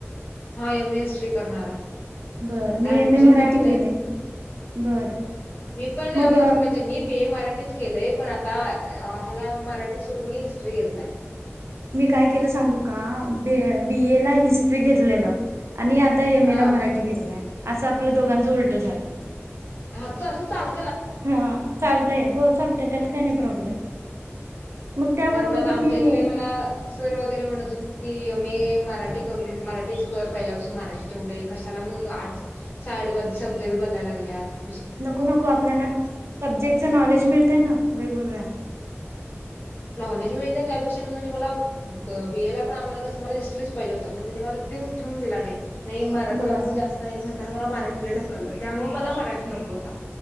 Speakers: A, on the left; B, on the right.
A: हाय मी हिस्ट्री करणार आहे.
B: बर
A: आता
B: मी
A: ऍडमिशन
B: एम ए मराठी
A: टाकलंय.
B: केले बर
A: मी पण अं
B: मग
A: म्हणजे मी बीए मराठी... तेच केलंय पण आता ह्याला मराठी सोडून मी हिस्ट्री घेतलाय.
B: मी काय केलं सांगू का बी -बी ए ला हिस्ट्री घेतलेलं. आणि आता यम
A: हा
B: एला मराठी घेतलाय असं आपलं दोघांचं उलट झालंय.
A: हा त असं चाल...
B: हा चालतय, हो चालतय त्यात काय नाही प्रॉब्लेम. मग त्याबरोबर
A: कारण आता
B: तुम्ही
A: आमच्यातले मला सर वगैरे म्हणत होत कीमे... मराठी करून मराठीच कर पहिल्यापासून मराठी ठेवलंय कशाला मग आर्ट सायड ब... सब्जेक्ट बदलायला लागलेस...
B: नको नको आपल्याला सब्जेक्टच नॉलेज मिळतय ना वेगवेगळ्या.
A: नॉलेज मिळते त्यापेक्षा मेन म्हणजे मला बीएला पण आम्हाला कसं मला हिस्ट्रीच पाहिजे होता पण त्यांनी मला... देऊन ठेवून दिला नाही. नाही मराठीला
B: बर
A: कोण जास्त नाहीतं म्हणताना मला मराठीला ढकललं त्यामुळे मला मराठी नको होता